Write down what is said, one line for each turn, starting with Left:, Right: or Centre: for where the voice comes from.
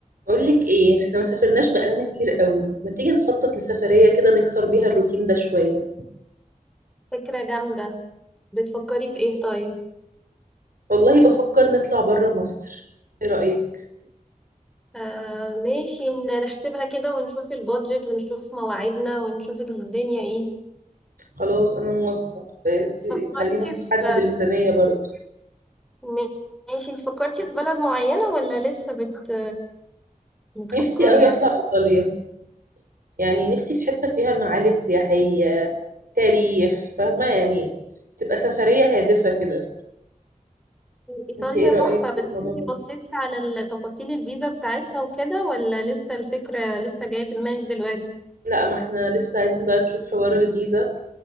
Right: بقول لك ايه احنا ما سافرناش بقالنا كتير قوي ما تيجي نخطط لسفرية كده نكسر بيها الروتين ده شوية
Centre: فكرة جامدة بتفكري في ايه طيب
Right: والله بفكر نطلع بره مصر ايه رأيك
Centre: آه ماشي ن- نحسبها كده ونشوف البادجت ونشوف مواعيدنا ونشوف الدنيا ايه
Right: خلاص انا موافقة ب-
Centre: فكرتي
Right: خلينا
Centre: في
Right: نحدد الميزانية برضه
Centre: م- ماشي انت فكرتي في بلد معينة ولا لسه بت بتفكري
Right: نفسي قوي
Centre: يعني
Right: اطلع ايطاليا يعني نفسي في حتة فيها معالم سياحية تاريخ فاهمة يعني تبقى سفرية هادفة كده
Centre: ايطاليا
Right: انت ايه رأيك
Centre: تحفة
Right: في
Centre: بس
Right: الموضوع
Centre: انت
Right: ده
Centre: بصيتي على ال- تفاصيل الفيزا بتاعتها وكده ولا لسه الفكرة لسه جاية في دماغك دلوقتي
Right: لا ما احنا لسه عايزين بقى نشوف حوار الفيزا